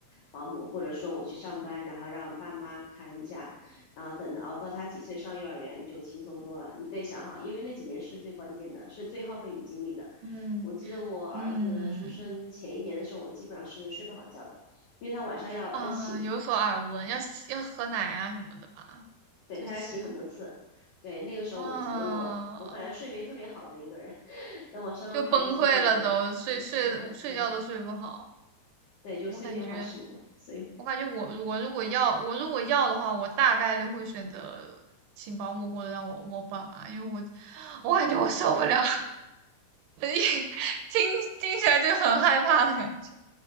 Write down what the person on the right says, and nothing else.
嗯
嗯
嗯，有所耳闻，要要喝奶啊什么的吧？
就其
啊，
就崩溃了都，
睡睡睡觉都睡不好。
我感觉，
我感觉我我如果要我如果要的话，我大概率会选择请保姆或者让我我爸妈，因为我我感觉我受不了，
<laughs> 听听起来就很害怕的感觉。